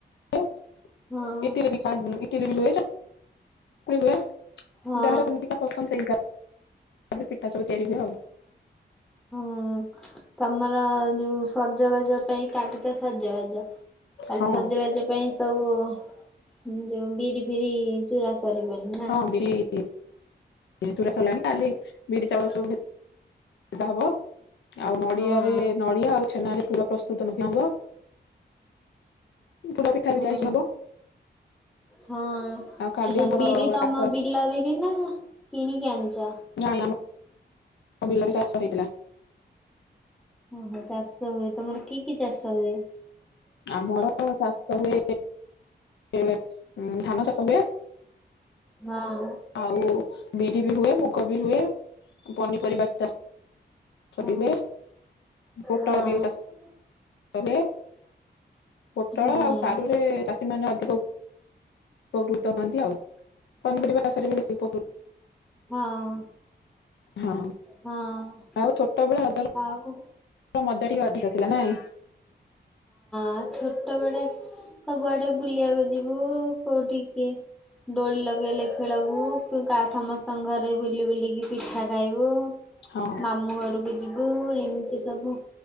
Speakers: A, on the left (about 80°); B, in the centre.
A: ହୁଏ
B: ହଁ
A: ଇଟିଲି ବି ଖାନ୍ ଇଟିଲି ବି ହୁଏ। ଚକୁଳି ହୁଏ
B: ହଁ
A: ଯାହାର ଯେମିତିକା ପସନ୍ଦ ସେଇ ହିସାବରେ ପିଠା ସବୁ ତିଆରି ହୁଏ ଆଉ।
B: ହୁଁ ତମର ଯୋଉ ସଜବାଜ ପାଇଁ କାଲି ତ ସଜବାଜ କାଲି
A: ହଁ
B: ସଜବାଜ ସେ ପାଇଁ ସବୁ ଯୋଉ ବିରି ଫିରି ଚୁରା ସରିବନି ନା?
A: ହଁ ବିରି ଚୁରା ସରିଲାଣି କାଲି ବିରି ଚାଉଳ ସବୁ ସେଟା ହବ ଆଉ ନଡିଆରେ
B: ହଁ
A: ନଡିଆ ଆଉ - ଛେନାରେ ପୁର ପ୍ରସ୍ତୁତ ମଧ୍ୟ ହବ ପୁର ପିଠାରେ
B: ହୁଁ
A: ଦିଆହେଇକି ହବ।
B: ହଁ
A: ଆଉ କାଲି
B: ସେ ଯୋଉ
A: ଆମର
B: ବିରି ତମ
A: କାକରା
B: ବିଲ ବିରି ନା କିଣିକି ଆଣିଛ?
A: ନାଁ ନାଁ ଆମର ଆମ ବିଲରେ ଚାଷ ହେଇଥିଲା।
B: ଓହୋ ଚାଷ ହୁଏ ତମର କି କି ଚାଷ ହୁଏ?
A: ଆମର ଚାଷ ହୁଏ ଉଁ ଧାନ ଚାଷ ହୁଏ।
B: ହଁ।
A: ଆଉ ବିରି ବି ହୁଏ ମୁଗ ବି ହୁଏ ପନିପରିବା ଚା ଷ
B: ହଁ
A: ବି ହୁଏ ପୋଟଳ
B: ହଁ ହଁ
A: ବି ଚାଷ ଷ ହୁଏ ପୋଟଳ
B: ହୁଁ
A: ଆଉ ସାରୁରେ ଚାଷୀ ମାନେ ଅଧିକ - ଉପକୃତ ହୁଅନ୍ତି ଆଉ ପନିପରିବା ଚାଷରେ ବି ବେଶୀ ଉପକୃତ -
B: ହଁ।
A: ହଁ
B: ହଁ
A: ଆଉ ଛୋଟବେଳେ ରଜରେ
B: ଆଉ
A: ମଦ ଟିକେ ଅଧିକ ଥିଲା ନାଇଁ।
B: ଆ ଛୋଟବେଳେ ସବୁଆଡେ ବୁଲିବାକୁ ଯିବୁ କୋଉଠି କିଏ ଡୋଳି ଲଗେଇଲେ ଖେଳବୁ ପୁ ସମସ୍ତଙ୍କ ଘରେ ବୁଲି ବୁଲିକି ପିଠା ଖାଇବୁ
A: ହଁ
B: ମାମୁଁ ଘରକୁ ଯିବ ବୁ ଆଉ ଏମିତି ସବୁ